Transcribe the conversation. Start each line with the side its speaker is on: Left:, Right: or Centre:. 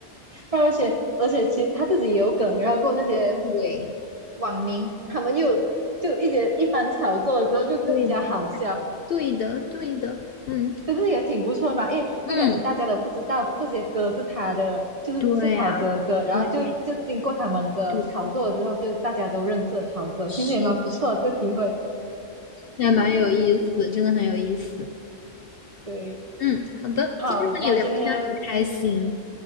Right: 对，而且而且其实他自己也有梗，然后过那些
Left: 对，
Right: 网民他们又就一些一番炒作了之后就更加好笑，
Left: 对的，对的，对的，嗯
Right: 可是也挺不错的嘛，因为一开始大家都不知道这些歌是他的，
Left: 嗯，
Right: 就是是陶喆的歌，
Left: 对呀、
Right: 然后就就经过他们的炒作之后，
Left: 对对，
Right: 就大家都认识了陶喆，
Left: 是的，
Right: 其实也蛮不错的这个机会。
Left: 那蛮有意思，真的很有意思。
Right: 对，
Left: 嗯，好的，
Right: 好，
Left: 今天和你聊天很开心。
Right: 那今天